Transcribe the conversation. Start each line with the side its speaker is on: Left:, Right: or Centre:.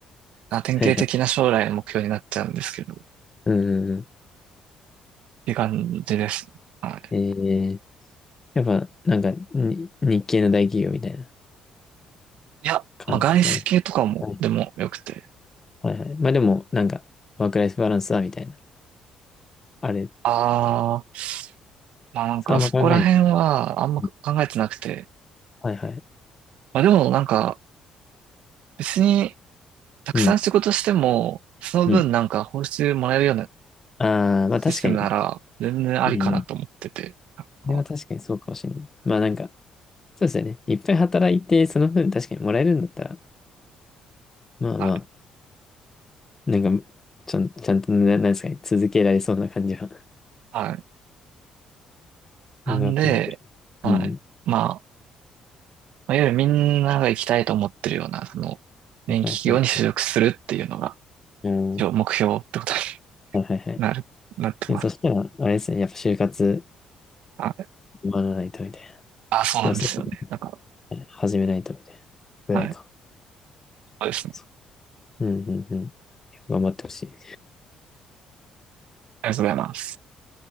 Right: あ、典型的な将来の目標になっちゃうんですけど、
Left: はいはい。
Right: っ
Left: うんうんう
Right: ていう感じですね。はい。
Left: ん。えー、やっぱ、なんか、に、日系の大企業みたいな
Right: いや、
Left: 感じですよね。
Right: まあ外資系とかもでもよくて。
Left: はい。はいはい。まあでも、なんか、ワークライフバランスだみたいな。あれ、
Right: ああ、まあなんかそこら辺はあんま考えてなくて。
Left: あんま考えない。うんはいはい。
Right: まあでもなんか別にたくさん仕事しても、
Left: うん。
Right: その分なんか報酬もらえるような
Left: うん。ああ、まあ確かに。
Right: システムなら全然ありかなと思ってて。
Left: うんうん。
Right: なんか、
Left: それは確かにそうかもしれない。まあなんか、そうですよね。いっぱい働いて、その分確かにもらえるんだったら、まあまあ、
Right: はい。
Left: なんか、ちゃん、ちゃんとねな、なんですかね、続けられそうな感じは。
Right: はいなんで、
Left: うん、やっぱ、
Right: はい。
Left: うん、
Right: まあ、まあいわゆるみんなが行きたいと思ってるような、その、電気企業に就職するっていうのが、
Left: はいはい。うん、
Right: 一応目標ってことに
Left: はいはいはい。
Right: なる、なってます。
Left: いや、そしたら、あれですね、やっぱ就活
Right: はい。
Left: 終わらないとみたいな。
Right: あ、そうなんですよね。
Left: でもそうで
Right: だか
Left: すね始めないとみたいな。ぐらいか。
Right: ら、はい。そうですね。
Left: そう。うんうんうん。頑張ってほしい。
Right: ありがとうございます。